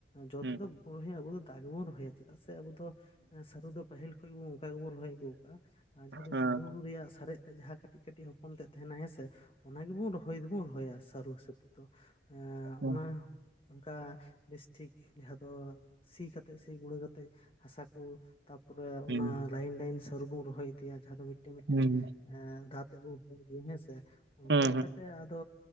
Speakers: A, on the left; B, on the right.
A: ᱡᱚ
B: ᱦᱮᱸ
A: ᱛᱮᱫᱚ ᱟᱵᱚ ᱫᱟ ᱜᱮᱵᱚᱱ ᱨᱚᱦᱚᱭᱟ ᱪᱮᱫᱟᱜ ᱥᱮ ᱟᱵᱚ ᱫᱚ ᱥᱟᱨᱩ ᱫᱚ ᱯᱟᱹᱦᱤᱞ ᱠᱷᱚᱱᱚᱡ ᱜᱮᱵᱚᱱ ᱚᱱᱠᱟ ᱜᱮᱵᱚᱱ ᱨᱚᱦᱚᱭ ᱟᱹᱜᱩ ᱟᱠᱟᱜᱼᱟ ᱟᱨ ᱡᱟᱦᱟᱸ ᱫᱚ
B: ᱦᱮᱸ
A: ᱥᱟᱹᱨᱩ ᱨᱮᱭᱟᱜ ᱥᱟᱨᱮᱡ ᱛᱮ ᱡᱟᱦᱟᱸ ᱠᱟᱹᱴᱤᱡ ᱠᱟᱹᱴᱤᱡ ᱦᱚᱯᱚᱱ ᱛᱮᱜ ᱛᱟᱦᱮᱱᱟ ᱦᱮᱸᱥᱮ ᱚᱱᱟ ᱜᱮᱵᱚᱱ ᱨᱚᱦᱚᱭ ᱫᱚᱵᱚᱱ ᱨᱚᱦᱚᱭᱟ ᱥᱟᱹᱨᱩ ᱦᱤᱥᱟᱹᱵ ᱛᱮ ᱫᱚ
B: ᱦᱮᱸ
A: ᱚᱱᱟ
B: ᱦᱮᱸ ᱦᱮᱸ
A: ᱚᱱᱠᱟ ᱵᱮᱥᱴᱷᱤᱠ ᱡᱟᱦᱟᱸ ᱫᱚ ᱥᱤ ᱠᱟᱛᱮᱜ ᱥᱤ ᱜᱩᱲᱟᱹ ᱠᱟᱛᱮ ᱛᱮ ᱦᱟᱥᱟ ᱠᱚ ᱛᱟᱯᱚᱨᱮ
B: ᱦᱩᱸ
A: ᱚᱱᱟ ᱞᱟᱭᱤᱱ ᱞᱟᱭᱤᱱ ᱥᱟᱹᱨᱩ ᱵᱚᱱ ᱨᱚᱦᱚᱭ ᱤᱫᱤᱭᱟ ᱡᱟᱦᱟᱸ ᱫᱚ ᱢᱤᱫᱴᱮᱱ ᱢᱤᱫᱴᱮᱱ
B: ᱦᱩᱸ
A: ᱫᱟ ᱛᱮᱵᱚᱱ ᱨᱚᱦᱚᱭ ᱤᱫᱭᱟ ᱦᱮᱸᱥᱮ ᱚᱱᱠᱟ
B: ᱦᱩᱸ
A: ᱞᱮᱠᱟ ᱛᱮ ᱟᱫᱚ